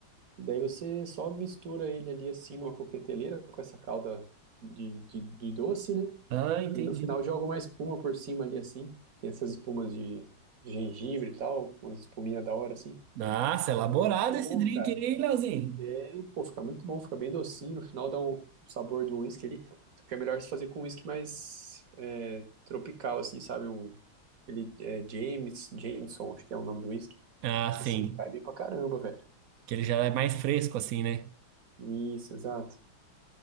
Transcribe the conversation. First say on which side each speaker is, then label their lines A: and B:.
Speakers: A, on the right; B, on the right.
A: Daí você só mistura ele ali assim numa coqueteleira com essa calda de, de, de doce, né?
B: Ah, entendi.
A: E no final joga uma espuma por cima ali, assim. Tem essas espumas de, de gengibre e tal, com as espuminhas da hora, assim.
B: nossa, é
A: O
B: elaborado
A: texto fica
B: esse
A: bom,
B: drink,
A: cara.
B: aí, hein? Leozinho?
A: É, pô, fica muito bom, fica bem docinho. No final dá um sabor do uísque ali. Só que é melhor se fazer com um uísque mais é, tropical, assim, sabe? Um, ele, é, James, Jameson, acho que é o nome do uísque.
B: Ah,
A: Esse
B: sim.
A: aí cai bem pra caramba, velho.
B: Que ele já é mais fresco, assim, né?
A: Isso, exato.